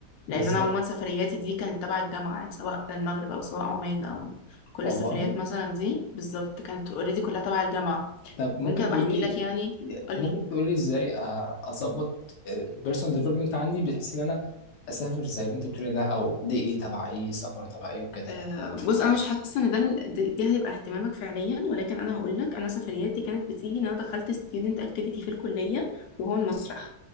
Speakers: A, on the left (about 65°); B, on the left (about 80°).
A: لان
B: بالظبط
A: انا عموما سفرياتي دي كانت تبع الجامعه يعني سواء المغرب او سواء عمان او كل
B: والله
A: السفريات مثلا دي بالظبط كانت اوريدي كلها تبع الجامعه
B: طب ممكن
A: ممكن ابقى
B: تقولي
A: احكي لك يعني قول
B: ممكن
A: لي
B: تقولي ازاي أ- اظبط البيرسونال ديفلوبمنت عندي بحيث ان انا اسافر زي اللي انت بتقولي ده او دي ايه تبع ايه سفر تبع ايه وكده
A: آه،
B: يعني
A: بص انا مش حاسه ان ده ال- ده ده هيبقى اهتمامك فعليا ولكن انا هقول لك انا سفرياتي كانت بتيجي ان انا دخلت ستودنت اكتيفيتي في الكليه وهو المسرح